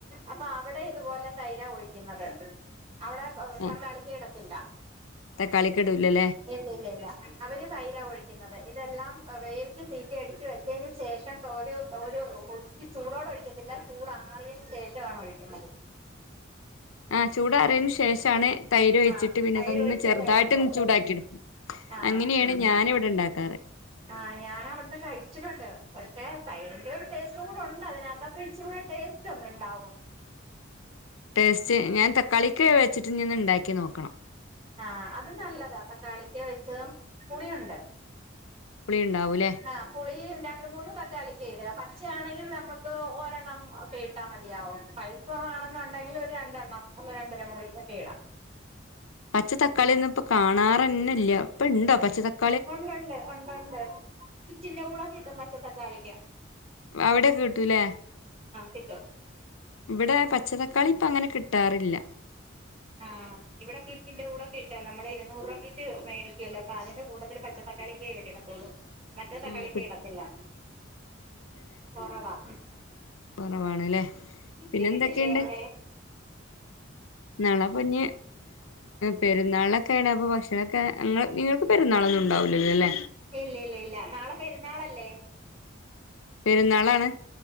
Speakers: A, on the right; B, on the left.
A: അപ്പൊ അവടെ ഇതുപോലെ തൈര ഒഴിക്കുന്നത് അവടെ
B: ആ
A: തക്കാളിക്ക ഇടത്തില്ല
B: തക്കാളിയൊക്കെ ഇടൂലല്ലേ
A: ഇല്ല ഇല്ല ഇല്ല അവര് തൈരാ ഒഴിക്കുന്നത് ഇതെല്ലാം വേവിച്ച് സീറ്റി അടിച്ച് വെച്ചതിന് ശേഷം തോരു തോരു കൊത്തി ചൂടോട ഒഴിക്കത്തില്ല ചൂടാറിയന് ശേഷാണ് ഒഴിക്കുന്നത്
B: ആഹ് ചൂടാറിയേന് ശേഷാണ് തൈരൊഴിച്ചിട്ട്
A: ആഹ്
B: പിന്നെ
A: തൈര്
B: അതൊന്ന്
A: ഒഴിച്ചിട്ട്
B: ചെറുതായിട്ടൊന്ന്
A: ഇളക്കും
B: ചൂടാക്കി എടുക്കും.
A: ആഹ്
B: അങ്ങനെയാണ് ഞാനിവിടെ ഇണ്ടാക്കാറ്.
A: ആഹ് ഞാനവടന്ന് കഴിച്ചിട്ടുണ്ട്. പക്ഷെ തൈരിന്റെ ഒരു ടേസ്റ്റും കൂടെ ഒണ്ട് അതിനകത്തപ്പ ഇച്ചിരി കൂടെ ടേസ്റ്റ് സ്റ്റോന്ന്ണ്ടാവോ
B: ടേസ്റ്റ് ഞാൻ തക്കാളിക്ക വെച്ചിട്ട് ഇനിയൊന്ന് ഉണ്ടാക്കി നോക്കണം.
A: ആഹ്, അത് നല്ലതാ തക്കാളിക്ക വെച്ചതും പുളിയുണ്ട്.
B: പുളിയുണ്ടാവൂല്ലെ?
A: ആഹ്, പുളീ രണ്ട് മൂന്ന് തക്കാളിക്കയിട്. പച്ചയാണെങ്കിൽ നമക്ക് ഒരെണ്ണം ഒക്കെ ഇ ട്ടാ മതിയാവും. പഴുപ്പ ആണെന്നുണ്ടെങ്കിൽ ഒരു രണ്ടെണ്ണം അല്ലെങ്കി രണ്ടര മുറി ഒക്കെ ഇടാം.
B: പച്ച തക്കാളിയൊന്നും ഇപ്പ കാണാറന്നില്ല. ഇപ്പ ഇണ്ടോ പച്ച തക്കാളി?
A: ഒണ്ടൊണ്ട് ഒണ്ടൊണ്ട്. ഈ ചില്ലുകൂല കിട്ടും പച്ച തക്കാളിക്ക.
B: അവിടെക്കേ കിട്ടൂലേ
A: കിട്ടും
B: ഇവിടെ പച്ചതക്കാളി ഇപ്പങ്ങനെ കിട്ടാറില്ല. <inaudible>
A: ആഹ് ഇവിടെ കിറ്റിന്റെ കൂടെ കിട്ടാ നമ്മള് ഇരുന്നൂറ് രൂപ കിറ്റ് മേിക്കുവല്ലോ. അപ്പ അതിന്റെ കൂട്ടത്തില് പച്ച തക്കളിയൊക്കെ കിട്ടത്തൊള്ളൂ. മറ്റേ തക്കാളിക്ക
B: ആ കി
A: ഇടത്തില്ല. കൊറവാ
B: കൊറവാണ്ല്ലേ?
A: കിറ്റ്
B: പിന്നെ
A: കിട്ടില്ലേ
B: എന്തൊക്കെയ്ണ്ട്
A: അവിടെ
B: നാളപ്പെ ഇനി പെരുന്നാളക്കെ കഴിഞ്ഞാ അപ്പോ ഭക്ഷണൊക്കെ നിങ്ങ നിങ്ങൾക്ക് പെുന്നാളന്നും ഉണ്ടാവില്ലല്ലോ അല്ലേ.
A: ഇല്ല ഇല്ല ഇല്ല. നാളെ പെരുന്നാളല്ലേ?
B: പെരുന്നാളാണ്.